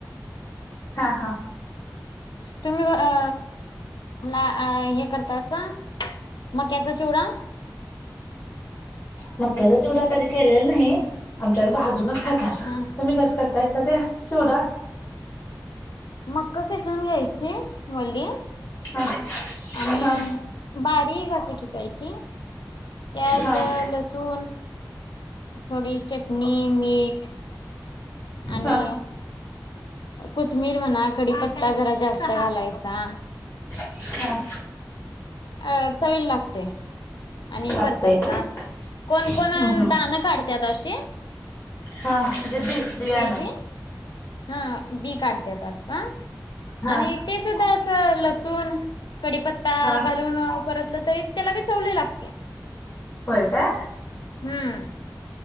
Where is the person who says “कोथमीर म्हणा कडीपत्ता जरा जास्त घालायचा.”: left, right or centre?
Left